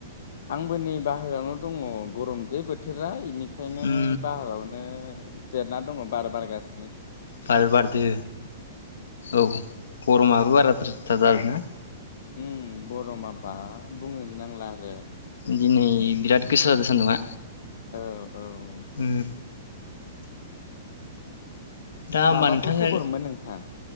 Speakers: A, on the left; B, on the left.
A: आंबो नै बाहेरायावनो दङ। गरम जे बोथोरा इनि खायनो
B: उम
A: बाहारावनो जेरना दङ बार बारगासि
B: बार बारदो औ गरमाबो बाराद्राय थार जादो ना।
A: उम ग'रमा बाफ बुंनोनो नांला आरो।
B: दिनै बिराद गोसा जादों सान्दुंआ।
A: औ औ
B: उम। दा होमबा
A: माबाफोर
B: नोंथांङो
A: खबरमोन नोंथां?